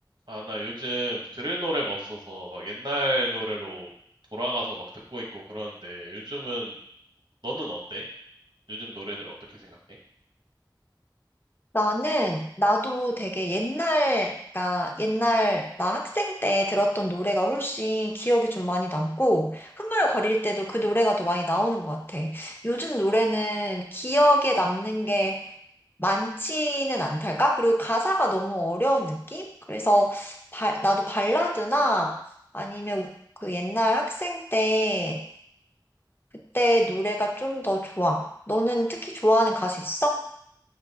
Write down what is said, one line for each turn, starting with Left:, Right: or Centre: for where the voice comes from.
Right: 아, 나 요즘 들을 노래가 없어서 막 옛날 노래로 돌아가서 막 듣고 있고 그러는데 요즘은 너는 어때? 요즘 노래들 어떻게 생각해?
Left: 나는, 나도 되게 옛날, 그 옛날, 나 학생 때 들었던 노래가 훨씬 기억이 좀 많이 남고, 흥얼거릴 때도 그 노래가 더 많이 나오는 것 같아. 요즘 노래는 기억에 남는 게 많지는 않달까? 그리고 가사가 너무 어려운 느낌? 그래서 발- 나도 발라드나 아니면 그 옛날 학생 때 그때 노래가 좀 더 좋아. 너는 특히 좋아하는 가수 있어?